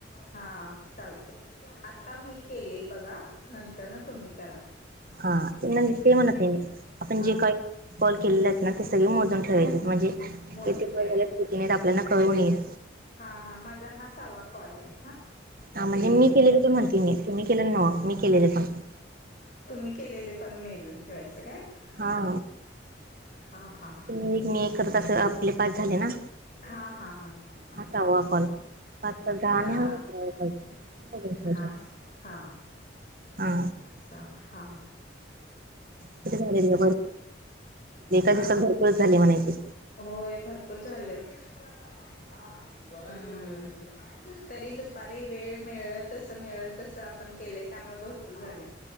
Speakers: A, on the left; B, on the right.
A: हां चालते आंता मी केले बघां नंतर नं तुम्हीं करां
B: हां ते विकल म्हणां ते म्हणतं नाई मी आपणं
A: हा
B: जे कायं- कॉल केलेलांत नां ते सगळें मोजूंन ठेवायचे म्हणजे
A: मोजून
B: कीती कॉल झालेत ते- पेमेंट आपल्यांलना कळूंन येईल
A: हां हां माझां हां सावा कॉल आहे
B: हां म्हणजे मी केलेले पणं म्हणते मी तुम्हीं केलेलं नांव मी केलेलं पणं
A: तुम्हीं केलेले पणं मेजर ठेवायचं कायं
B: हा
A: हां हां
B: <unintelligible> परत कसं आपले पाच झाले ना.
A: हा हा हा हा.
B: सहावा कॉल पाच तर दहा
A: हा
B: आणि अकरावा कॉल मोजून ठेवायचे
A: हास
B: आपण
A: हा.
B: हा.
A: असं हां.
B: <unintelligible> एका
A: हा
B: दिवसाला भरपुर झाले म्हणायचे.
A: होय भरपूर झालेत. हं तरी दुपारी वेळ मिळंल तसं मिळंल तसं आपण केलंय त्यामुळे भर पूर झालेय.